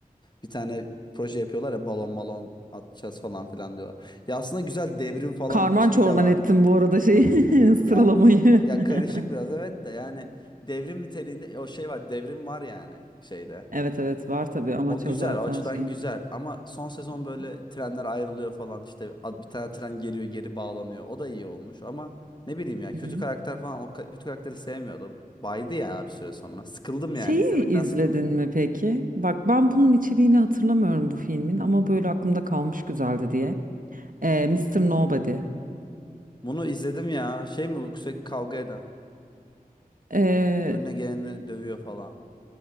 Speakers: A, on the left; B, on the right.
A: Bir tane proje yapıyorlar ya balon balon atacağız falan filan diyorlar. Ya aslında güzel devrim falan
B: Karman
A: şeyi
B: çorman
A: de var.
B: ettim bu arada şeyi <laughs>
A: Ya
B: sıralamayı.
A: ya
B: <laughs>
A: karışık biraz evet de yani devrim niteliğinde o şey var devrim var yani şeyde.
B: Evet evet var tabii amaç
A: O güzel,
B: o zaten
A: o açıdan
B: şeyin.
A: güzel ama son sezon
B: Hı
A: böyle
B: hı.
A: trenler ayrılıyor falan işte ad- bir tane tren geliyor geri bağlanıyor. O da iyi olmuş ama ne bileyim ya
B: Hı
A: kötü
B: hı.
A: karakter falan o ka- kötü karakteri sevmiyordum. Baydı ya bir süre sonra. Sıkıldım yani
B: Şeyi
A: izlemekten
B: izledin
A: sıkıldım.
B: mi peki? Bak ben bunun içeriğini hatırlamıyorum bu filmin ama böyle aklımda kalmış güzeldi diye. Ee, Mr. Nobody.
A: Bunu izledim ya şey mi bu sürekli kavga eden
B: Ee,
A: önüne geleni dövüyor falan.